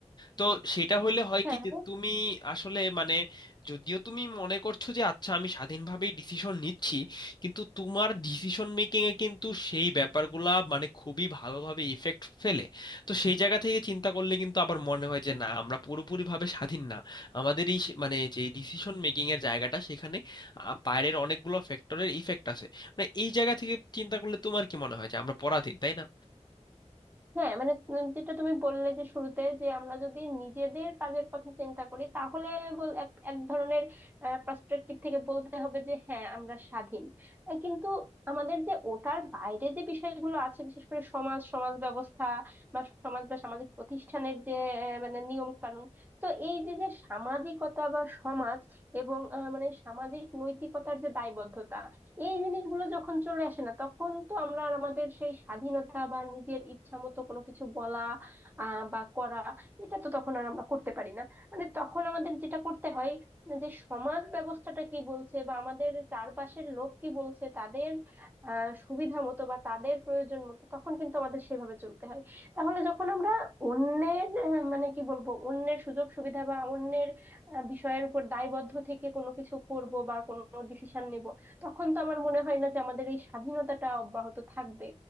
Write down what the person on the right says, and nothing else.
হ্যাঁ
হ্যাঁ মানে উম যেটা তুমি বললে যে শুরুতে যে আমরা যদি নিজেদের কাজের কথা চিন্তা করি তাহলে বল- এক এক ধরনের পার্সপেক্টিভ থেকে বলতে হবে যে হ্যাঁ আমরা স্বাধীন আহ, কিন্তু আমাদের যে ওটার বাইরে যে বিষয়গুলো আছে বিশেষ করে সমাজ সমাজ ব্যবস্থা বা সমাজ বা সামাজিক প্রতিষ্ঠানের যে আহ, মানে নিয়ম কানুন তো এই যে যে সামাজিকতা বা সমাজ এবং আহ, মানে সামাজিক নৈতিকতার যে দায়বদ্ধতা এই জিনিসগুলো যখন চলে আসে না তখন তো আমরা আর আমাদের সেই স্বাধীনতা বা নিজের ইচ্ছা মতো কোনো কিছু বলা আহ বা করা এটা তো তখন আর আমরা করতে পারি না মানে তখন আমাদের যেটা করতে হয় যে সমাজ ব্যবস্থাটা কি বলছে বা আমাদের চারপাশের লোক কি বলছে তাদের আহ সুবিধা মতো বা তাদের প্রয়োজন মতো তখন কিন্তু আমাদের সেভাবে চলতে হয় তাহলে যখন আমরা অন্যের আহ, মানে কি বলবো অন্যের সুযোগ সুবিধা বা অন্যের আহ, বিষয়ের উপর দায়বদ্ধ থেকে কোনো কিছু করব বা কোনো ডিসিশন নেব তখন তো আমার মনে হয় না যে আমাদের এই স্বাধীনতাটা অব্যাহত থাকবে